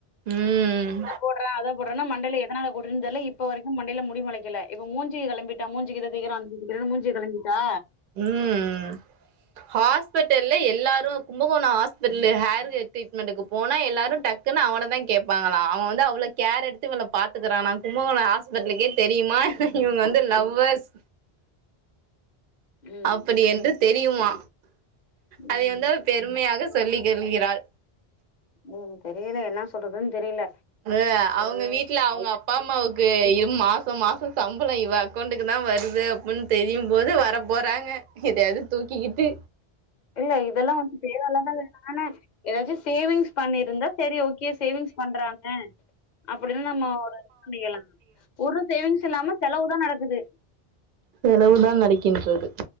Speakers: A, on the right (about 60°); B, on the left (about 50°).
A: ம்
B: இத போடுற அத போடுறன்னு மண்டைல எதனால கொட்டுதுன் தெர்ல இப்ப வரைக்கு மண்டைல முடி மொலைக்கல இவ மூஞ்சிய கெளம்பிட்டா மூஞ்சிக்கு இத தேக்கற <inaudible> மூஞ்சிய கெளம்பிட்டா
A: ம் ஹாஸ்பிட்டல்ல எல்லாரு கும்பகோண ஹாஸ்பிட்டல ஹேர் கே ட்ரீட்மெண்டுக்கு போனா எல்லாரு டக் குனு அவன தா கேப்பாங்களா அவ வந்து அவள கேர் எடுத்து இவன பாத்துக்கறானா கும்பகோணோ ஆஸ் பட்டலுக்கே தெரியுமா இவங்க வந்து லவ்வர்ஸ்
B: ம்
A: அப்படி என்று தெரியுமா
B: ம்
A: அதை வந்து அவர் பெருமையாக சொல்லி கொள்கிறாள்
B: ம் தெரியல என்ன சொல்றதுன்னு தெரில
A: அ அவுங்க வீட்ல அவுங்க அப் பா அம்மாவுக்கு இம் மாசோ மாசோ சம்பளோ இவ அக்கௌண்ட்டுக்கு தா வருது அப்புன் தெரியும் போது வர போறாங்க எதையாவது தூக்கிக்கிட்டு
B: இல்ல இதல்லா வந்து தேவ இல்லாதது தான எதாச்சு சேவிங்ஸ் பண்ணிருந்தா செரி ஓகே சேவிங்ஸ் பண்றா அ அப்படிதா நம்ம ஒரு பண்ணிக்கலா ஒரு சேவிங்ஸ்ஸு இல்லாம செலவுதா நடக்குது
A: செலவுதான் நடக்கின்றது